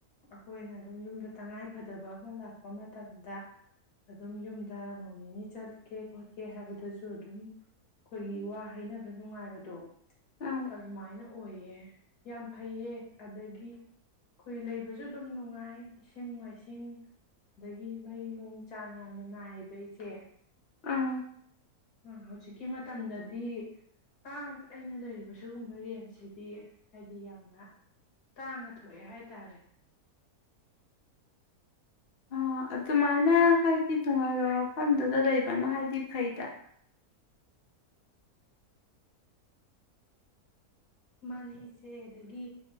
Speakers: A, on the left (about 80°); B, on the left (about 50°).
A: ꯑꯩꯈꯣꯏꯅ ꯑꯗꯨꯝ ꯌꯨꯝꯗ ꯇꯉꯥꯏ ꯐꯗꯕ ꯑꯃ ꯂꯥꯛꯄ ꯃꯇꯝꯗ ꯑꯗꯨꯝ ꯌꯨꯝꯗ ꯅꯣꯡ ꯅꯤꯅꯤ ꯆꯠꯀꯦ ꯈꯣꯠꯀꯦ ꯍꯥꯏꯕꯗꯁꯨ ꯑꯗꯨꯝ ꯑꯩꯈꯣꯏꯒꯤ ꯋꯥ ꯍꯩꯅꯕ ꯅꯨꯡꯉꯥꯏꯕꯗꯣ
B: ꯑꯥ
A: ꯑꯗꯨꯃꯥꯏꯅ ꯑꯣꯏꯌꯦ ꯌꯥꯝ ꯐꯩꯌꯦ ꯑꯗꯒꯤ ꯑꯩꯈꯣꯏ ꯂꯩꯕꯁꯨ ꯑꯗꯨꯝ ꯅꯨꯡꯉꯥꯏ ꯏꯁꯤꯡ ꯃꯥꯏꯁꯤꯡ ꯑꯗꯒꯤ ꯃꯩ ꯅꯨꯡ ꯆꯥꯡ ꯌꯥꯝꯅ ꯅꯥꯏꯌꯦꯕ ꯏꯆꯦ
B: ꯑꯪ
A: ꯎꯝ ꯍꯧꯖꯤꯛꯀꯤ ꯃꯇꯝꯗꯗꯤ ꯑꯥ ꯑꯩꯅ ꯂꯩꯔꯤꯕ ꯁꯤꯒꯨꯝꯕ ꯔꯦꯟꯖꯁꯤꯗꯤ ꯍꯥꯏꯗꯤ ꯌꯥꯝꯅ ꯇꯥꯡꯅ ꯊꯣꯛꯑꯦ ꯍꯥꯏ ꯇꯥꯔꯦ
B: ꯑ ꯑꯗꯨꯃꯥꯏ <unintelligible> ꯃꯐꯝꯗꯨꯗ ꯂꯩꯕꯅ ꯍꯥꯏꯗꯤ ꯐꯩꯗ
A: ꯃꯥꯅꯦ ꯏꯆꯦ ꯑꯗꯒꯤ